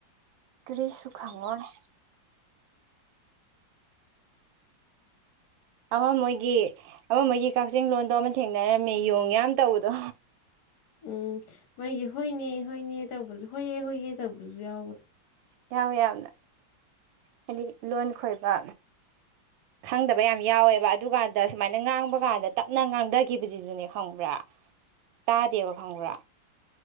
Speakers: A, on the right (about 80°); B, on the left (about 65°).
A: ꯀꯔꯤꯁꯨꯨ ꯈꯥ ꯃꯣꯣꯔ ꯑꯃ ꯃꯣꯏꯒꯤ ꯑꯃ ꯃꯣꯏꯒꯤ ꯀꯛꯆꯤꯡ ꯂꯣꯗꯣ ꯑꯃ ꯊꯦꯡꯅꯔꯝꯃꯤ ꯌꯣꯡ ꯌꯥꯝ ꯇꯧꯕꯗꯣ
B: ꯎꯝ ꯃꯥꯒꯤ ꯍꯣꯏꯅꯦ ꯍꯣꯏꯅꯦ ꯇꯧꯕꯗꯁꯨ ꯍꯣꯏꯑꯦ ꯍꯣꯏꯏꯌꯦꯦ ꯇꯧꯕꯗꯁꯨ ꯌꯥꯎꯕꯅꯦ
A: ꯌꯥꯎꯋꯦ ꯌꯥꯝꯅ ꯍꯥꯏꯗꯤ ꯂꯣꯟ ꯈꯣꯏꯕ ꯈꯪꯗꯕ ꯌꯥꯝ ꯌꯥꯎꯋꯦꯕ ꯑꯗꯨꯀꯥꯟꯗ ꯁꯨꯃꯥꯏꯅ ꯉꯥꯡꯕ ꯀꯥꯟꯗ ꯇꯞꯅ ꯉꯥꯡꯊꯈꯤꯕꯁꯤꯁꯨꯅꯦ ꯈꯪꯕ꯭ꯔꯥ ꯇꯥꯗꯦꯕ ꯈꯪꯕ꯭ꯔꯥ